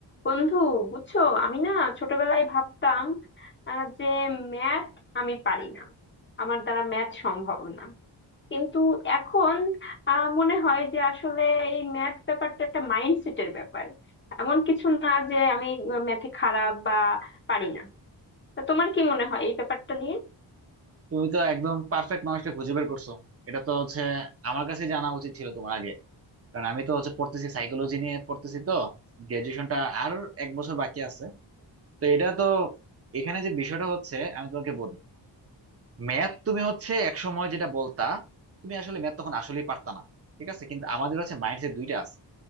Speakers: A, on the left (about 25°); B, on the right (about 30°).
A: বন্ধু বুঝছো আমি না ছোটবেলায় ভাবতাম আহ, যে ম্যাথ আমি পারি না আমার দ্বারা ম্যাথ সম্ভব না কিন্তু এখন আহ, মনে হয় যে আসলে এই ম্যাথ ব্যাপারটা একটা মাইন্ডসেটের ব্যাপার এমন কিছু না যে আমি ম্যাথে খারাপ বা পারি না তা তোমার কি মনে হয় এই ব্যাপারটা নিয়ে
B: তুমি তো একদম পারফেক্ট মানুষটা খুঁজে বের করছো এটা তো হচ্ছে আমার কাছে জানা উচিত ছিল তোমার আগে কারণ আমি তো হচ্ছে পড়তেছি সাইকোলজি নিয়ে পড়তেছি তো গ্রাজুয়েশনটা আর এক বছর বাকি আছে তো এটা তো এখানে যে বিষয়টা হচ্ছে আমি তোমাকে বলি ম্যাথ তুমি হচ্ছে এক সময় যেটা বলতা তুমি আসলে ম্যাথ তখন আসলেই পারতা না ঠিক আছে কিন্তু আমাদের হচ্ছে মাইন্ডসেট দুইটা আছে